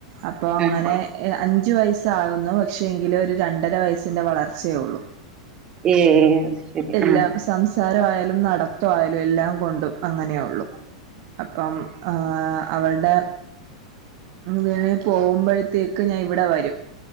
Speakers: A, on the right; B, on the right.
A: അപ്പോ അങ്ങനെ
B: ആഹ്
A: ഹേ അഞ്ചു വയസ്സാവുന്നു പക്ഷേ എങ്കിലും ഒരു രണ്ടര വയസ്സി്ന്റെ വളർചേ ഉള്ളു
B: ഏഹ് ശരി
A: എല്ലാം
B: ആഹ്
A: സംസാരംയാലും നടത്തയാലും എല്ലാം കൊണ്ടും അങ്ങനെ ഉള്ളൂ അപ്പം ആ അവള്ടെ വേണേ പോകുമ്പോഴത്തേക്ക് ഞാൻ ഇവിടെ വരും